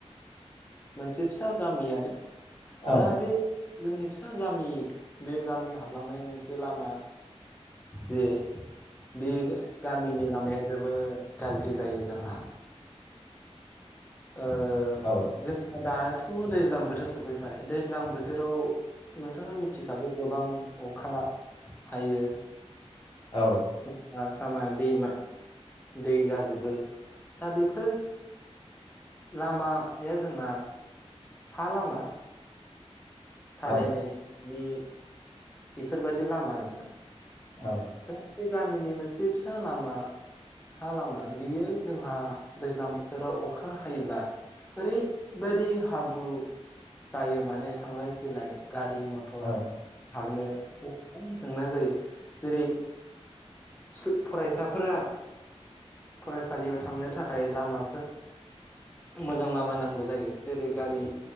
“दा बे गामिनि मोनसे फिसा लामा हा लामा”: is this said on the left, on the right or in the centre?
Left